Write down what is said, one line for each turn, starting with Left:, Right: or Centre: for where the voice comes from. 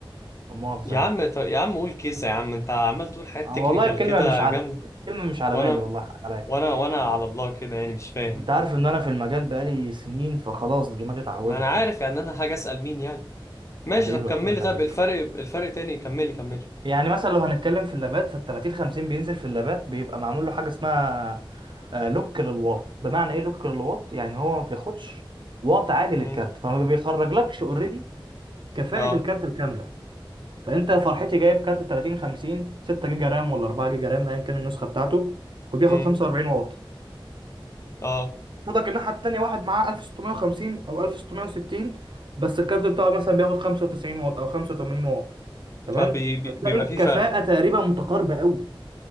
Right: لا مؤاخذه
Left: يا
Right: يعني
Left: عم ط- يا عم قول كيسة يا عم انت عمال تقول حاجات
Right: أنا
Left: تكنيكال
Right: والله الكلمه
Left: كده
Right: مش على
Left: جامدة
Right: الكلمه مش على
Left: وانا
Right: بالي والله حق عليا
Left: وانا وانا على الله كده يعني مش فاهم
Right: انت عارف ان انا في المجال بقالي سنين فخلاص دماغي اتعودت
Left: ما انا عارف
Right: يعني
Left: يعني انا حاجة اسأل مين يعني ماشي
Right: حبيبي
Left: طب كملي
Right: ربنا يخليك
Left: طب الفرق الفرق تاني كملي كملي
Right: يعني مثلا لو هنتكلم في اللابات فال 30 50 بينزل في اللابات بيبقى معمول له حاجه اسمها آه، لوك للواط بمعنى ايه لوك للواط يعني هو ما بياخدش واط عالي للكارت
Left: امم
Right: فما بيخرجلكش اوريدي كفاءه
Left: اه
Right: الكارت الكامله فانت فرحتي جايب كارت 30 50 6 جيجا رام ولا 4 جيجا رام ايا كان النسخه بتاعته وبياخد
Left: امم
Right: 45 واط
Left: اه
Right: فضلك الناحيه التانيه واحد معاه 1650 او 1660 بس الكارت بتاعه مثلا بياخد 95 واط او 85 واط تمام
Left: فبيبقى
Right: هتلاقي الكفاءه
Left: في فرق
Right: تقريبا متقاربه قوي